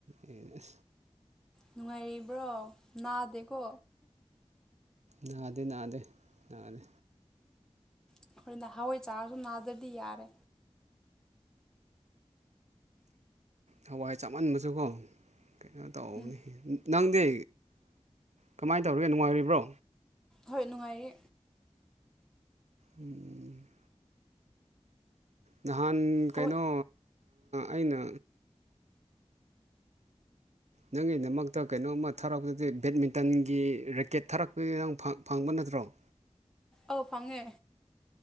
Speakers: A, on the right; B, in the centre.
A: ꯑꯦ
B: ꯅꯨꯡꯉꯥꯏꯔꯤꯕ꯭ꯔꯣ ꯅꯥꯗꯦꯀꯣ
A: ꯅꯥꯗꯦ ꯅꯥꯗꯦ ꯅꯥꯗꯦ
B: ꯑꯩꯈꯣꯔꯣꯏ ꯅꯍꯋꯥꯏ ꯆꯥꯒꯁꯨ ꯅꯥꯗ꯭ꯔꯗꯤ ꯌꯥꯔꯦ
A: ꯍꯋꯥꯏ ꯆꯥꯃꯟꯕꯁꯨꯀꯣ ꯀꯩꯅꯣ ꯇꯧꯕꯅꯤ
B: ꯎꯝ
A: ꯅꯪꯗꯤ ꯀꯃꯥꯏꯅ ꯇꯧꯔꯤꯒꯦ ꯅꯨꯡꯉꯥꯏꯔꯤꯕ꯭ꯔꯣ
B: ꯍꯣꯏ ꯅꯨꯡꯉꯥꯏꯔꯤ
A: ꯎꯝ ꯅꯍꯥꯟ ꯀꯩꯅꯣ
B: ꯍꯋꯥꯏ
A: ꯑꯩꯅ ꯅꯪꯒꯤꯗꯃꯛꯇ ꯀꯩꯅꯣꯝꯃ ꯊꯥꯔꯛꯄꯗꯤ ꯕꯦꯠꯃꯤꯟꯇꯟꯒꯤ ꯔꯦꯀꯦꯠ ꯊꯥꯔꯛꯄꯒꯤ ꯅꯪ ꯐꯪꯕ ꯅꯠꯇ ꯀꯨꯗ꯭ꯔꯣꯡ
B: ꯑꯥꯎ ꯐꯉꯦ